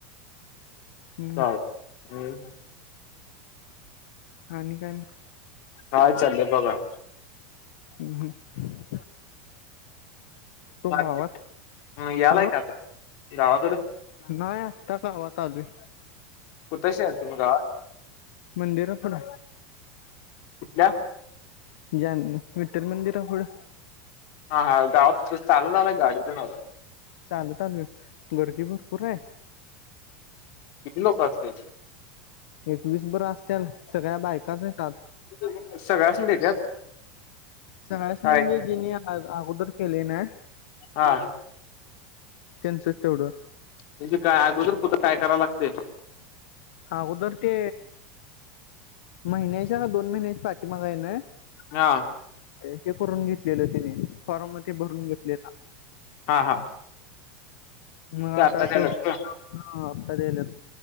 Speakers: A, on the left; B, on the left.
A: <unintelligible>
B: हम्म आणि काय म,
A: हाय चाललेल बघा.
B: हम्म हम्.
A: <inaudible>
B: गावात
A: यालाय
B: अ
A: काता गावाकडं.
B: नाही अत्ता गावात आलोय
A: कुठशी आहे तुम गावात?
B: मंदिर आपल
A: कुठल्या
B: जान वीठ्ठल मंदिरापुढ.
A: हा हा गावा कस चालत आला गाडी घेऊन आलाय
B: चालत आलोय गर्दी भरपूर हाय
A: किती लोक असत्यात
B: एकवीस बरं असत्याल सगळ्या बायकाच हायत आत
A: सगळा सगळ्यासनी देत्यात
B: सगळासणी
A: काय
B: म्हणजे जिनी अगोदर केलय ना,
A: हा.
B: त्यांनचच तेवढं.
A: म्हणजे काय अगोदर कुठं काय कराव लागतय
B: अगोदर ते महिन्याच्या का दोन महिन्याच्या पाठी माग व्हय ना
A: हा
B: हे करून घेतलेलं तिने. फॉर्म ते भरून घेतलेला
A: हा हा
B: मग
A: ते
B: आता
A: द्यायल्यात
B: तेच
A: होय
B: हा अत्ता द्यायल्यात